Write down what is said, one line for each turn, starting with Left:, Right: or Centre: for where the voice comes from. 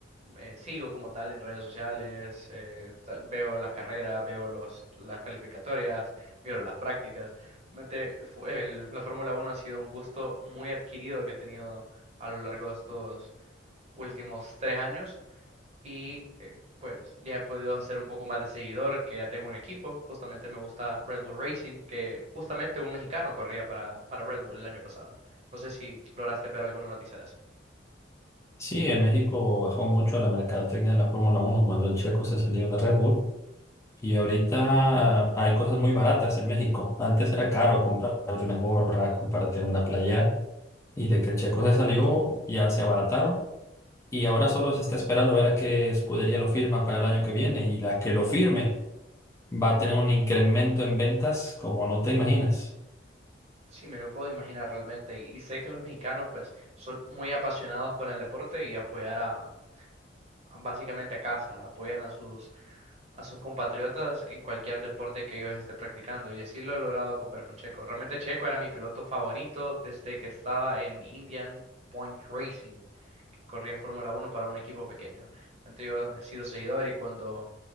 Right: eh, sigo como tal en redes sociales, eh, tal- veo las carreras, veo los, las calificatorias, miro las prácticas. Realmente el fu- el- la Fórmula Uno ha sido un gusto muy adquirido que he tenido a lo largo de estos últimos tres años Y eh, pues ya he podido hacer un poco más de seguidor, que ya tengo un equipo. Justamente me gusta Red Bull Racing, que justamente un mexicano corría para, para Red Bull el año pasado. No sé si lograste ver alguna noticia de eso.
Left: Sí, en México bajó mucho la mercadotecnia de la Fórmula Uno cuando el checo se salió de Red Bull. Y ahorita hay cosas muy baratas en México. Antes era caro comprarte una gorra, comprarte una playera. Y de que el checo se salió, ya se abarataron. Y ahora solo se está esperando a ver a qué escudería lo firma para el año que viene. Y la que lo firme. va a tener un incremento en ventas como no te imaginas.
Right: Sí, me lo puedo imaginar realmente. Y, y sé que los mexicanos pues son muy apasionados con el deporte y apoyar a, a básicamente a casa, apoyan a sus a sus compatriotas en cualquier deporte que ellos esté practicando. Y así lo he logrado con ver con Checo. Realmente Checo era mi piloto favorito desde que estaba en Indian Point Racing, que corría en Fórmula Uno para un equipo pequeño. Entonces yo he sido seguidor y cuando